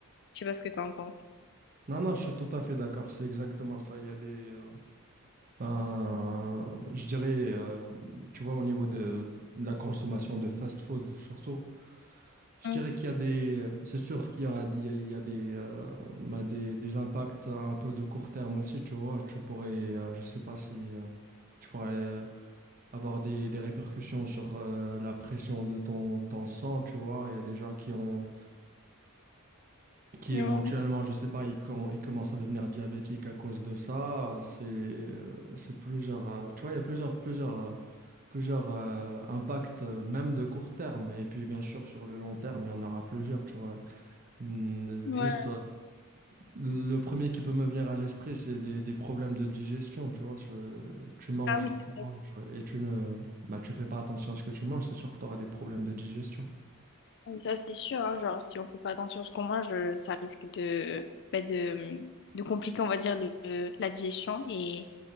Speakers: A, on the left (about 55°); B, on the right (about 40°).
A: Je sais pas ce que tu en penses.
B: Non, non, je suis tout à fait d'accord. C'est exactement ça. Il y a des. euh, ben, je dirais, euh, tu vois, au niveau de, de la consommation de fast-food, surtout, je
A: Mm.
B: dirais qu'il y a des. C'est sûr qu'il y aura, il y a il y a des, euh, ben, des, des impacts un peu de court terme aussi, tu vois. Tu pourrais, euh, je sais pas si. euh, tu pourrais avoir des, des répercussions sur euh, la pression de ton, ton sang, tu vois. Il y a des gens qui ont, qui
A: Ouais.
B: éventuellement, je sais pas, ils, com- ils commencent à devenir diabétiques à cause de ça. C'est, euh, c'est plusieurs, euh, tu vois, il y a plusieurs, plusieurs, euh, plusieurs euh, impacts, euh, même de court terme. Et puis, bien sûr, sur le long terme, il y en aura plusieurs, tu vois. Mm,
A: Ouais.
B: Juste le premier qui peut me venir à l'esprit, c'est des, des problèmes de digestion, tu vois. je- tu manges,
A: Ah oui, c'est
B: tu manges et tu ne, bah, tu fais pas attention à ce que tu manges, c'est sûr que tu auras des problèmes de digestion.
A: Et Ça, c'est sûr, hein, genre, si on fait pas attention à ce qu'on mange, euh, ça risque de, bah, de, de compliquer, on va dire, le- la digestion et